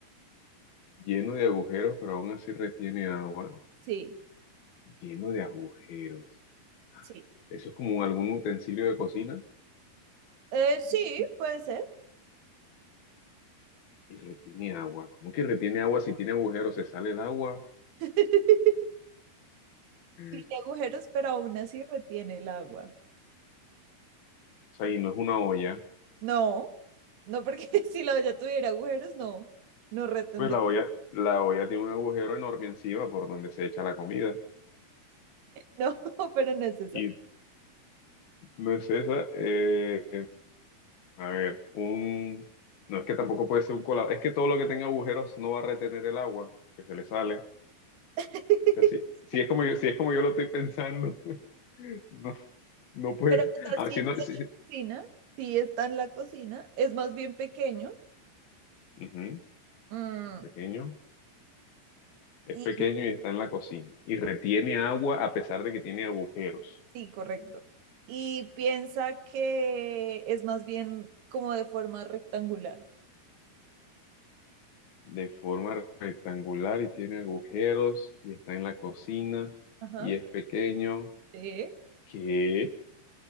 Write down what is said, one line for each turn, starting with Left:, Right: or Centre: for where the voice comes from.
Left: Lleno de agujeros, pero aún así retiene agua.
Right: Sí,
Left: Lleno de agujeros.
Right: sí.
Left: Eso es como algún utensilio de cocina
Right: Eh, sí, puede ser.
Left: y retiene agua. ¿Cómo que retiene agua si tiene agujeros? Se sale el agua.
Right: <laughs>
Left: O
Right: Tiene agujeros, pero aún así retiene el agua.
Left: sea, y no es una olla.
Right: No, no porque <laughs> si la olla tuviera agujeros, no, no retendría.
Left: Pues la olla, la olla tiene un agujero enorme encima por donde se echa la comida.
Right: No, <laughs> pero no es esa.
Left: Y no es esa. eh, a ver, un... No es que tampoco puede ser un colado. Es que todo lo que tenga agujeros no va a retener el agua que se le sale. O
Right: <laughs>
Left: sea, si, si es como yo, si es como yo lo estoy pensando, <laughs> no, no puede.
Right: Pero o sea,
Left: Ah,
Right: sí
Left: si
Right: está
Left: no, si-
Right: en la
Left: si,
Right: cocina, sí está en la cocina, es más bien pequeño.
Left: ujú,
Right: mm,
Left: es pequeño. Es
Right: y
Left: pequeño y está en la cocina. Y retiene agua a pesar de que tiene agujeros.
Right: sí, correcto. Y piensa que es más bien como de forma rectangular.
Left: De forma rectangular y tiene agujeros y está en la cocina
Right: Ajá.
Left: y es pequeño.
Right: Sí.
Left: ¿Qué?